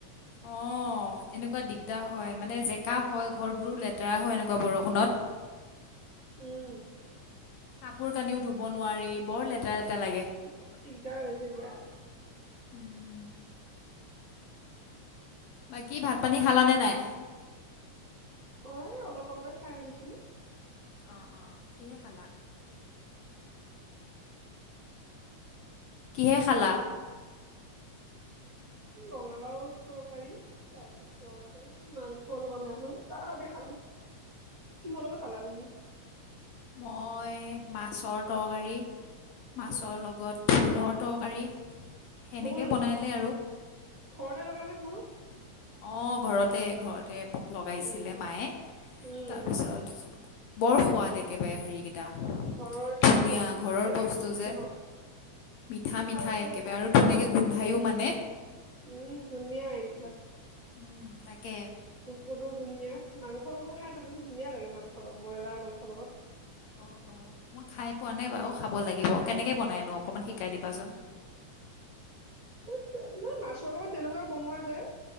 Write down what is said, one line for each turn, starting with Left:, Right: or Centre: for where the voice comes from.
Left: অ' এনেকুৱা দিগদাৰ হয় মানে জেকা হয় ঘৰবোৰো লেতেৰা হয় এনেকুৱা বৰষুণত।
Right: উম'।
Left: কাপোৰ-কানিও ধুব নোৱাৰি, বৰ লেতেৰা লেতেৰা লাগে।
Right: বৰ দিগদাৰ হৈছে এতিয়া।
Left: উম'। বাকী ভাত-পানী খালানে নাই?
Right: অ' এ অলপ আগতে খাই উঠিছোঁ।
Left: অ' অ', কিহে খালা? কি'হে খালা?
Right: ৰঙালাও তৰকাৰী। তাৰ পিছত এই মাংস অলপ অনা হ'ল, তাৰ সৈতে খালো। কিহৰ লগত খালা তুমি?
Left: মই মাছৰ তৰকাৰী, মাছৰ
Right: উম
Left: লগত ভোলৰ তৰকাৰী, সেনেকেই
Right: ভোল
Left: বনাই দিলে আৰু
Right: ঘৰতে লগা নে ফুল
Left: অঁ ঘৰতে ঘৰতে পোক লগাইছিলে
Right: উম
Left: মায়ে,
Right: উম
Left: তাৰপিছত
Right: উম
Left: বৰ সোৱাদ একেবাৰে, হেৰিকেইটা,
Right: ঘৰৰ যে
Left: ধুনীয়া
Right: মিঠা
Left: ঘৰৰ
Right: মিঠা লাগি
Left: বস্তু
Right: আছে
Left: যে,
Right: ন
Left: মিঠা মিঠা
Right: লাগিছে
Left: একেবাৰে
Right: নে নাই
Left: আৰু
Right: ঘৰত
Left: ধুনীয়াকে গোন্ধায়ো মানে
Right: উম, ধুনীয়া এইবিলাক।
Left: উম, তাকে
Right: দেখোতো ধুনীয়া, মাংসটোও খাই চাবচোন, ধুনীয়া লাগে মাংস ব্ৰইলাৰ মাংসৰ লগত।
Left: অ' অ' মই খায়ে পোৱা নাই বাৰু, খাব লাগিব,
Right: উম
Left: কেনেকে বনাইনো অকমান শিকাই দিবাচোন।
Right: <unintelligible> মই মাছৰ যেনেকুৱা বনোৱা যায়,